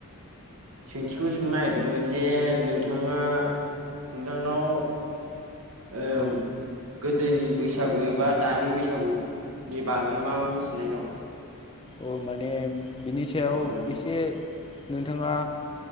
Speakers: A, on the right; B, on the left.
A: सोंथिखौ सोंनो नागिरदोंमोन जे नोंथाङा नोंथांनाव ओ
B: औ
A: गोदोनि बैसागु एबा दानि बैसागुनि बागै मा मा मिथिनाय दं
B: अ माने बिनि सायाव
A: अ नों
B: एसे नोंथाङा